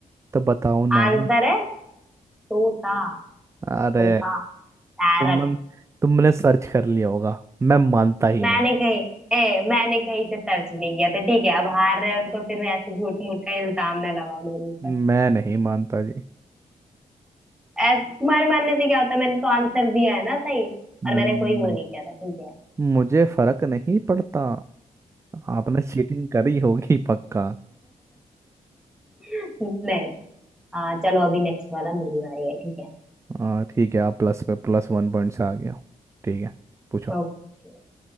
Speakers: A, on the right (about 20°); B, in the centre.
A: तो बताओ ना
B: आंसर है तोता
A: अरे
B: तोता पैरट
A: तुमन तुमने सर्च कर लिया होगा मैं मानता ही
B: मैंने
A: नहीं
B: कहीं ए मैंने कहीं से सर्च नहीं किया था ठीक है अब हार रहे हो तो फिर ऐसे झूठ मूठ का इल्जाम ना लगाओ मेरे ऊपर
A: मैं नहीं मानता जी
B: ऐसे तुम्हारे मानने से क्या होता है मैंने तो आंसर दिया है ना सही
A: हम्म,
B: और मैंने कोई वो नहीं किया था ठीक है
A: मुझे फर्क नहीं पड़ता आपने चीटिंग करी होगी पक्का
B: <laughs> नहीं हाँ चलो अभी नेक्स्ट वाला मेरी बारी है ठीक है
A: हाँ ठीक है आप प्लस पे प्लस वन पॉइंट से आ गया हो। ठीक है पूछो
B: ओके